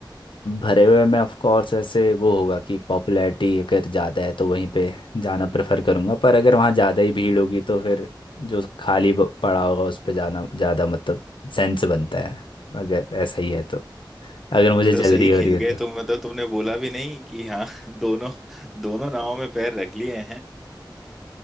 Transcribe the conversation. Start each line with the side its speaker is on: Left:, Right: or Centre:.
Left: भरे हुए में ऑफ कोर्स वैसे वो होगा कि पॉपुलैरिटी अगर ज़्यादा है तो वहीं पे जाना प्रेफर करूँगा पर अगर वहाँ ज़्यादा ही भीड़ होगी तो फिर जो खाली ब- पड़ा होगा उस पे जाना ज़्यादा मतलब सेंस बनता है अगर ऐसा ही है तो अगर मुझे
Centre: मैं
Left: जल्दी
Centre: तो सही खेल
Left: हो रही है
Centre: गए
Left: तो
Centre: तुम मतलब तुमने बोला भी नहीं कि हाँ <laughs> दोनों दोनों नावों में पैर रख लिए